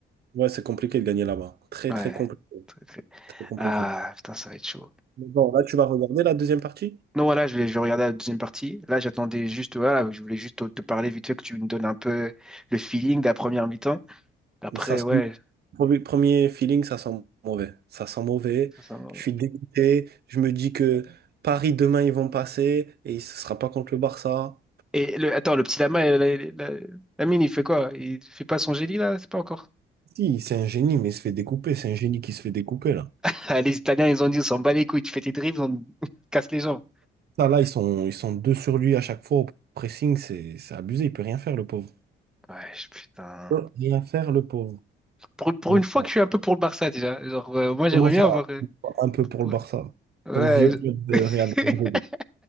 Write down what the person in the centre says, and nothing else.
Ouais.
Très, très-
Ah, putain, ça va être chaud.
Non, voilà, je vais, je vais regarder la deuxième partie. Là, j'attendais juste, voilà, je voulais juste te, te parler vite fait que tu me donnes un peu le feeling de la première mi-temps. Après,
ouais.
ça, ça, ouais.
Et le, attends, le petit Lama, la, la, la- Lamine, il fait quoi? Il fait pas son génie, là? C'est pas encore.
<laughs> Ah, Les Italiens, ils ont dit, on s'en bat les couilles, tu fais tes dribbles, on <laughs> casse les gens.
Ouais, je- putain.
Pour, pour
une fois
que je suis un peu pour le Barça déjà. Genre, euh, moi, j'aimerais
bien
avoir. euh,
pour-
Ouais,
je-
<laughs>